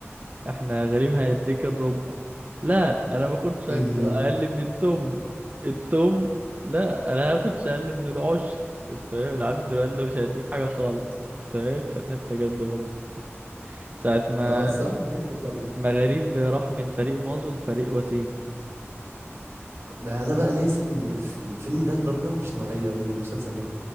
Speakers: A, on the right (about 35°); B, on the right (about 75°).
A: احنا غريم هيديك الربع لا انا باخدش
B: إيه
A: أك-
B: دي
A: اقل
B: بقى
A: من التمن التمن لا انا هاخدش اقل من العشر انت فاهم العد قال له مش هيديك حاجة خالص انت فاهم كانت حتة جد برضه ساعة ما
B: هو الصراحة في حاجات جامدة
A: ما غريب راح من فريق مازو لفريق وسيم
B: ده انا بقى ناسي ال- الف- الفيلم ده لدرجه مش طبيعيه المسلسل ده